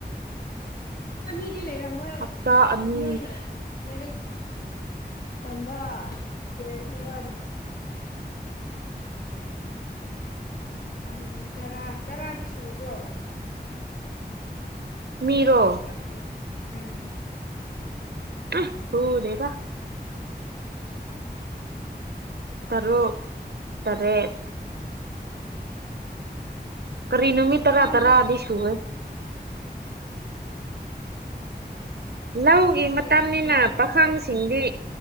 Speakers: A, on the left; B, on the right.
A: ꯃꯤꯗꯤ ꯂꯩꯦꯔꯃꯣꯏ
B: ꯍꯞꯇꯥ ꯑꯅꯤ
A: ꯂꯣꯏꯅ ꯃꯔꯤ ꯇꯝꯕꯥ ꯀꯦ ꯁꯝꯕ ꯝ ꯇꯔꯥ ꯇꯔꯥꯗꯤ ꯁꯨꯕ꯭ꯔꯣ
B: ꯃꯤꯔꯣ
A: ꯃꯤ ꯆꯕꯤꯤꯁ ꯂꯒꯗꯣ ꯎꯝ
B: ꯍꯥ <unintelligible> ꯇꯔꯨꯛ ꯇꯔꯦꯠ ꯀꯔꯤ ꯅꯨꯃꯤꯠ ꯇꯔꯥ
A: ꯌꯥꯝꯂ
B: ꯇꯔꯥꯗꯤ ꯁꯨꯕꯦ ꯂꯧꯒꯤ
A: ꯂꯩ
B: ꯃꯇꯝꯅꯤꯅ
A: ꯂꯩꯕ
B: ꯄꯥꯈꯪꯁꯤꯡꯗꯤ
A: ꯈꯣꯏ